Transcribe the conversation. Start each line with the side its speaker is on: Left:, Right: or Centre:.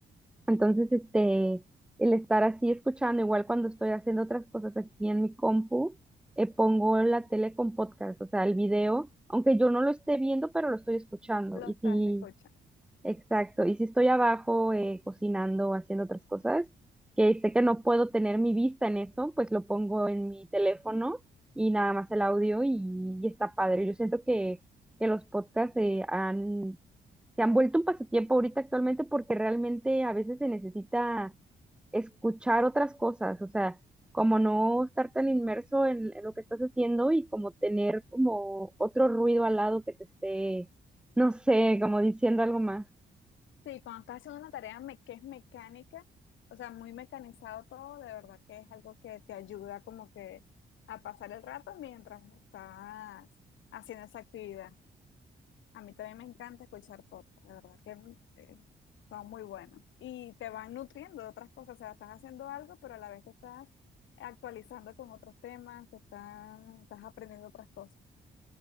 Centre: Entonces, este, el estar así escuchando, igual cuando estoy haciendo otras cosas aquí en mi compu, eh, pongo la tele con podcast, o sea, el video, aunque yo no lo esté viendo, pero lo estoy escuchando.
Left: Lo
Centre: Y
Left: estás
Centre: sí,
Left: escuchando.
Centre: exacto. Y si estoy abajo eh, cocinando, o haciendo otras cosas, que sé que no puedo tener mi vista en eso, pues lo pongo en mi teléfono y nada más el audio y, y está padre. Yo siento que, que los podcasts eh, han se han vuelto un pasatiempo ahorita actualmente porque realmente a veces se necesita escuchar otras cosas, o sea, como no estar tan inmerso en, en lo que estás haciendo y como tener como otro ruido al lado que te esté, no sé, como diciendo algo más.
Left: Sí, cuando estás haciendo una tarea me- que es mecánica, o sea, muy mecanizado todo, de verdad que es algo que te ayuda como que a pasar el rato mientras estás haciendo esa actividad. A mí también me encanta escuchar podcast, de verdad que eh, son muy buenos. Y te van nutriendo de otras cosas, o sea, estás haciendo algo, pero a la vez te estás actualizando con otros temas, te estás, estás aprendiendo otras cosas.